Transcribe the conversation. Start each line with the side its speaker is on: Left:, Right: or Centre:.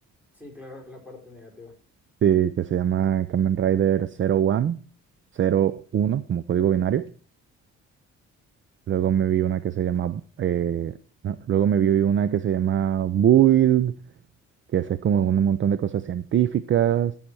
Centre: Sí, claro, la parte negativa.
Right: Sí, que se llama Kamen Rider cero uno cero uno como código binario. Luego me vi una que se llama, eh, no, luego me vi una que se llama Build, que esa es como un montón de cosas científicas.